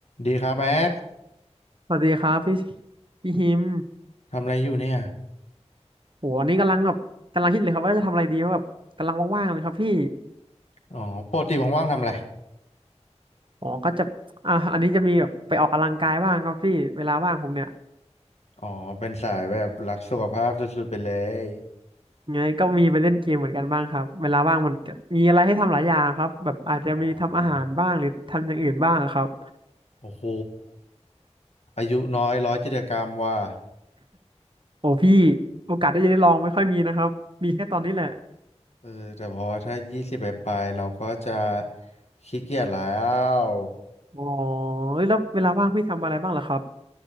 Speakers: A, on the left; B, on the right.
A: ดีครับแบ๊ก
B: สวัสดีครับพี่พี่ฮิม
A: ทำอะไรอยู่เนี่ย
B: โหอันนี้กำลังแบบกำลังคิดเลยครับว่าจะทำอะไรดีเพราะแบบกำลังว่างๆเลยครับพี่
A: อ๋อปกติว่างๆทำอะไร
B: อ๋อก็จะอ่ะอันนี้จะมีแบบไปออกกำลังกายบ้างครับพี่เวลาว่างผมเนี่ย
A: อ๋อเป็นสายแบบรักสุขภาพสุดๆไปเลย
B: ไงก็มีไปเล่นเกมเหมือนกันบ้างครับเวลาว่างมันก็มีอะไรให้ทำหลายอย่างครับแบบอาจจะมีทำอาหารบ้างหรือทำอย่างอื่นบ้างครับ
A: อ๋อโอ้โหอายุน้อยร้อยจิจกรรมว่ะ
B: โอ้พี่โอกาสได้จะได้ลองไม่ค่อยมีนะครับมีแค่ตอนนี้แหละ
A: เออแต่พอถ้ายี่สิบไปปลายๆเราก็จะขี้เกียจแล้ว
B: อ๋อเอ้ยแล้วเวลาว่างพี่ทำอะไรบ้างเหรอครับ